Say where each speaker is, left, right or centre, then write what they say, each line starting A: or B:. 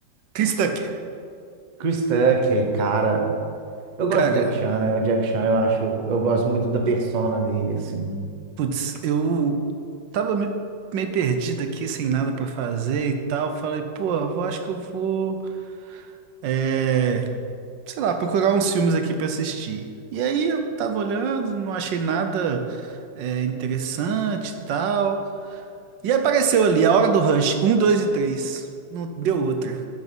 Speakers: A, on the right; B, on the right.
A: Chris Tucker.
B: Chris Tucker, cara. Eu gosto
A: Cara,
B: do Jack Chan, né? O Jack Chan, eu acho. Eu gosto muito da persona dele, assim.
A: putz, eu tava me- meio perdido aqui, sem nada pra fazer e tal. Falei, pô, eu acho que eu vou... é, sei lá, procurar uns filmes aqui pra assistir. E aí eu tava olhando, não achei nada é, interessante e tal. E apareceu ali A Hora do Rush, um, dois e três. Não deu outra.